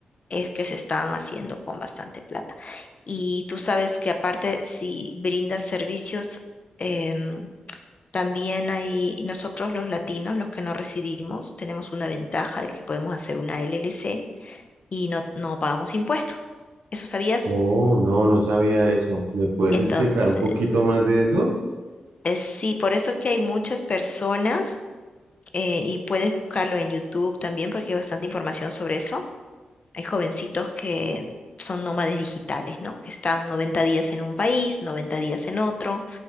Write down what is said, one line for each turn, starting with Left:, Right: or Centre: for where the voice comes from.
Left: es que se están haciendo con bastante plata. Y tú sabes que aparte, si brindas servicios, em, también hay, nosotros los latinos, los que no residimos, tenemos una ventaja de que podemos hacer una LLC y no, no pagamos impuestos. ¿Eso sabías?
Right: Oh, no, no sabía eso. ¿Me puedes
Left: Entonces,
Right: explicar un poquito más de eso?
Left: sí, por eso que hay muchas personas eh, y puedes buscarlo en YouTube también porque hay bastante información sobre eso. Hay jovencitos que son nómades digitales, ¿no? Que están 90 días en un país, 90 días en otro.